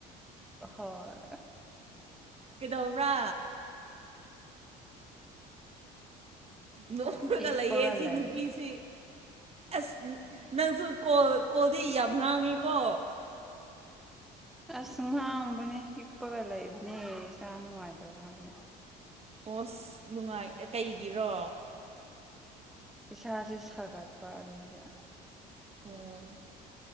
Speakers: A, in the centre; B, on the right.
A: ꯍꯣꯏ
B: ꯀꯩꯗꯧꯕ꯭ꯔꯥ ꯅꯣꯛꯔꯒ
A: ꯍꯤꯞꯄꯒ
B: ꯂꯩꯌꯦ ꯁꯤ
A: ꯂꯩ
B: ꯅꯨꯄꯤꯁꯤ ꯑꯁ ꯅꯪꯁꯨ ꯀꯣ ꯀꯣꯜꯗꯤ ꯌꯥꯝ ꯉꯥꯡꯉꯤꯀꯣ
A: ꯑꯁ ꯉꯥꯡꯝꯕꯅꯦ ꯍꯤꯞꯄꯒ ꯂꯩꯕꯅꯦ ꯏꯁꯥ ꯅꯨꯡꯉꯥꯏꯇꯕꯒꯤ
B: ꯑꯣꯁ ꯅꯨꯡꯉꯥꯏ ꯀꯩꯒꯤꯔꯣ
A: ꯏꯁꯥꯁꯦ ꯁꯥꯒꯠꯄ ꯑꯗꯨꯒꯒ
B: ꯎꯝ